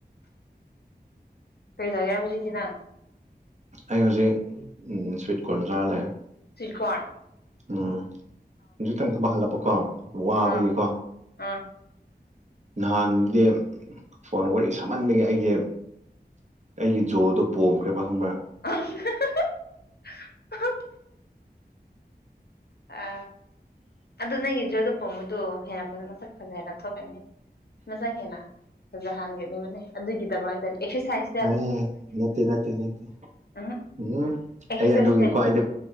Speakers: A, on the left; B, on the right.
A: ꯀꯔꯤ ꯇꯧꯒꯦꯔꯥ ꯍꯧꯖꯤꯛꯇꯤ ꯅꯪ
B: ꯑꯩ ꯍꯧꯖꯤꯛ ꯁ꯭ꯋꯤꯠ ꯀꯣꯔꯟ ꯆꯥꯔ ꯂꯩꯦ
A: ꯆꯀꯋꯥꯅꯤ
B: ꯎꯝ ꯍꯧꯖꯤꯛꯇꯪꯊꯕ ꯍꯜꯂꯛꯄꯀꯣ ꯋꯥꯕꯒꯤꯀꯣ
A: ꯑꯥ ꯑꯥ
B: ꯅꯍꯥꯟꯗꯤ ꯐꯣꯟ ꯋꯥꯔꯤ ꯁꯥꯝꯃꯟꯕꯒꯤ ꯑꯩꯒꯤ ꯑꯩꯒꯤ ꯖꯣꯗꯨꯣ ꯄꯣꯝꯈ꯭ꯔꯦꯕ ꯈꯪꯕ꯭ꯔꯥ
A: <unintelligible> ꯑ ꯑꯗꯨ ꯅꯪꯒꯤ ꯖꯣꯗ ꯄꯣ ꯃꯣꯏꯗꯣ ꯍꯦꯟꯅꯖ ꯃꯁꯛ ꯐꯖ ꯍꯦꯟꯅ ꯊꯣꯛꯀꯅꯤ ꯃꯁ ꯍꯦꯅ ꯐꯖꯍꯟꯒꯅꯤꯕꯅꯦ ꯑꯗꯨꯒꯤꯗꯃꯛꯇ ꯑꯦꯛꯁꯔꯁꯥꯏꯁ
B: ꯍꯥꯏ ꯅꯠꯇꯦ ꯅꯠꯇꯦ ꯅꯠꯇꯦ
A: ꯎꯝ
B: ꯎꯝ
A: ꯑꯦꯛꯁꯔꯁꯥꯏꯁꯅꯦ
B: ꯑꯩ ꯑꯗꯨꯒꯤꯀꯣ ꯑꯩꯗꯤ